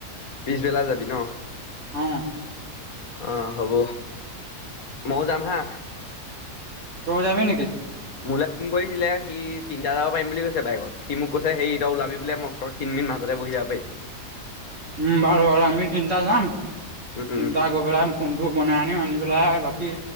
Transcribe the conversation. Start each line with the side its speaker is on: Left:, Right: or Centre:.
Left: পিছবেলা যাবি ন?
Right: অ।
Left: অ হ'ব ময়ও যাম হা।
Right: তই যাবি নেকি?
Left: মোলে ফোন কৰিছিলে সি তিনিটা যাব পাৰিম বুলি কৈছে বাইকত, সি মোক কৈছে সেই এতিয়া ওলাবি বোলে মোক তই খিন-মিন মাজতে বহি যাব পাৰিবি।
Right: উম বাৰু বাৰু আমি তিনটা যাম
Left: উম উম।
Right: তিনটা হৈ পেলাই ফোনটো বনাই আনিব আনি পেলাই বাকী